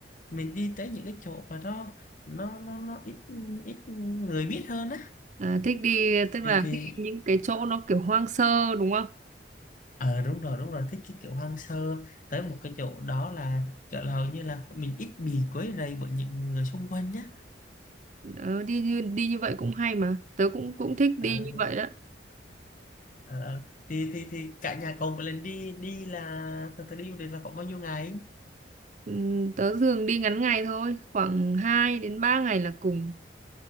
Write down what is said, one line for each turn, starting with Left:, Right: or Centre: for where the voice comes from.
Left: mình đi tới những cái chỗ mà nó nó nó nó ít ít người biết hơn á
Right: à, thích đi tức
Left: thì
Right: là
Left: thì
Right: thích đi những cái chỗ nó kiểu hoang sơ đúng không
Left: ờ đúng rồi đúng rồi thích cái kiểu hoang sơ tới một cái chỗ đó là chỗ là hầu như là mình ít bị quấy rầy bởi những người xung quanh nhá
Right: Ờ, đi như đi như vậy cũng hay mà tớ cũng cũng thích
Left: ờ,
Right: đi như vậy đó
Left: ờ, ờ. thì thì thì cả nhà cậu một lần đi đi là thật sự đi du lịch là khoảng bao nhiêu ngày
Right: Ừm, tớ thường đi ngắn ngày thôi khoảng 2 đến 3 ngày là cùng